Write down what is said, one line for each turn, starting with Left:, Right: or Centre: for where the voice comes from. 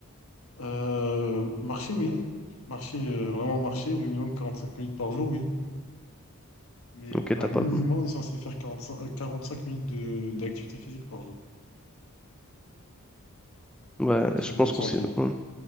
Left: Euh, marcher, oui. Marcher, euh, vraiment marcher, au minimum 45 minutes par jour, oui. Mais
Centre: Ok,
Left: au- à
Centre: t'as pas.
Left: minimum, on est censé faire 45, euh, 45 minutes de, d'activité physique par jour.
Centre: Ouais,
Left: pour être
Centre: je
Left: en
Centre: pense
Left: bonne santé.
Centre: qu'on s'est. Ouais,